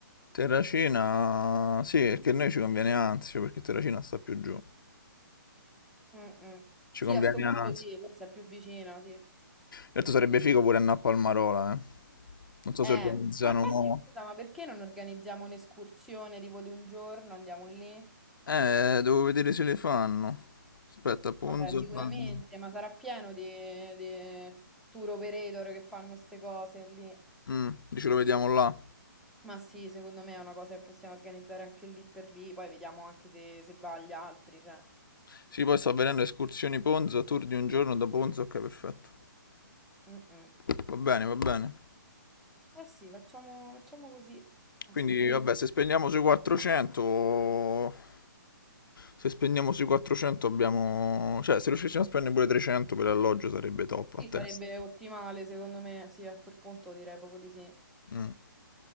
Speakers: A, on the left; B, in the centre.
A: Terracina, sì, perché a noi ci conviene Anzio, perché Terracina sta più giù.
B: Mm-mm.
A: Ci
B: Sì,
A: conviene
B: a sto punto
A: Anzio.
B: sì, forse è più vicina, sì.
A: Certo sarebbe figo pure andare a Palmarola, eh. Non so
B: Eh,
A: se organizzano...
B: ma infatti, scusa, ma perché non organizziamo un'escursione tipo di un giorno, andiamo lì?
A: Eh, devo vedere se le fanno. Aspetta, Ponzo...
B: Vabbè, sicuramente,
A: Palma-
B: ma sarà pieno di, di tour operator che fanno queste cose lì.
A: Mm, dici lo vediamo là.
B: Ma sì, secondo me è una cosa che possiamo organizzare anche lì per lì, poi vediamo anche se, se va agli altri, cioè.
A: Sì, poi sta avvenendo escursioni Ponzo, tour di un giorno da Ponzo, ok, perfetto.
B: Mm, mm.
A: Va bene, va bene.
B: Eh sì, facciamo, facciamo così, a
A: Quindi,
B: sto punto.
A: vabbè, se spendiamo sui 400... Se spendiamo sui 400 abbiamo... Cioè, se riuscissimo a spendere pure 300 per l'alloggio sarebbe top
B: Sì,
A: a testa.
B: sarebbe ottimale, secondo me, sì, a quel punto direi proprio di sì,
A: Mm.